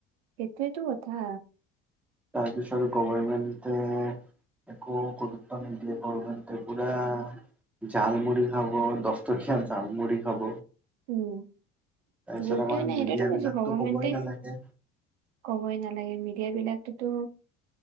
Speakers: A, on the right; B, in the centre.
A: সেইটোৱে তো কথা
B: তাৰপিছত গভৰমেণ্টে একো গুৰুত্ব নিদিলে গভৰমেণ্টে পুৰা জালমুড়ি খাব দহটকীয়া জালমুড়ি খাব
A: উম
B: তাৰপিছত
A: গুৰূতই‌
B: আমাৰ
A: নাই
B: মিডিয়া
A: এতিয়াটো
B: বিলাকতো
A: কৈছো গভমেণ্টে
B: ক'বই নালাগে
A: ক'বই নালাগে মিডিয়া বিলাকততো